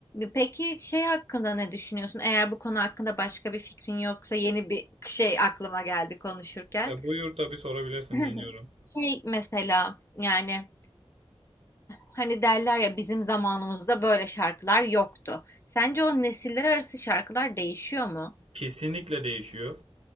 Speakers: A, on the left; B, on the right.
A: Peki şey hakkında ne düşünüyorsun? Eğer bu konu hakkında başka bir fikrin yoksa yeni bir şey aklıma geldi konuşurken.
B: E, buyur tabii sorabilirsin
A: <laughs>
B: dinliyorum.
A: Şey mesela yani e, hani derler ya bizim zamanımızda böyle şarkılar yoktu. Sence o nesiller arası şarkılar değişiyor mu?
B: Kesinlikle değişiyor.